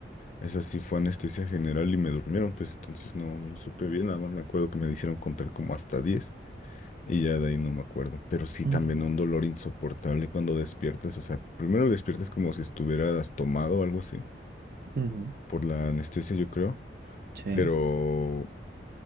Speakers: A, on the left (about 40°); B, on the right (about 50°).
A: Esa sí fue anestesia general y me durmieron, pues entonces no, no supe bien, nada más me acuerdo que me dijeron contar como hasta 10 y ya de ahí no me acuerdo, pero sí
B: Ujú,
A: también un dolor insoportable cuando despiertas, o sea, primero despiertas como si estuvieras tomado o algo así,
B: ujú,
A: por la anestesia yo creo,
B: Sí.
A: pero